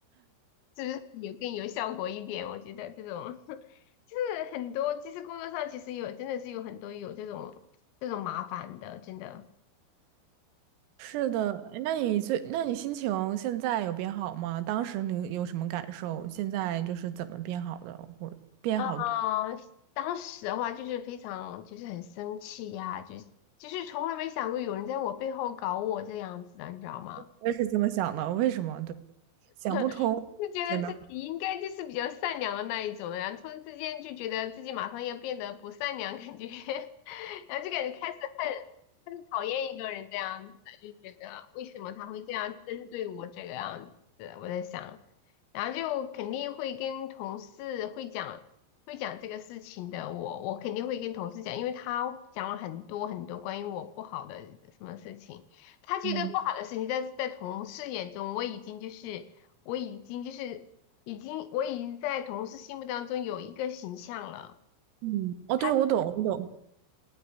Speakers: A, on the left (about 85°); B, on the right (about 85°).
A: 是不是有更有效果一点？我觉得这种 <laughs> 就是很多，其实工作上其实有真的是有很多有这种这种麻烦的，真的。
B: 是的，诶那你最，那你心情现在有变好吗？当时你有什么感受？现在就是怎么变好的？或变好，
A: 啊，当时的话就是非常就是很生气呀，就是就是从来没想过有人在我背后搞我这样子的，你知道吗？
B: 我也是这么想的。为什么？对，想不通，
A: <laughs> 就觉得自己应该就是比较善良的那一种的，
B: 真的。
A: 然后突然之间就觉得自己马上要变得不善良，感觉，<laughs> 然后就感觉开始恨，开始讨厌一个人这样子，就觉得为什么他会这样针对我这个样子，我在想，然后就肯定会跟同事会讲，会讲这个事情的，我我肯定会跟同事讲，因为他讲了很多很多关于我不好的什么事情。他觉得不好的事情在在同事眼中，
B: 嗯
A: 我已经就是我已经就是已经我已经在同事心目当中有一个形象了，
B: 嗯，哦，
A: 他
B: 对，我懂，我懂。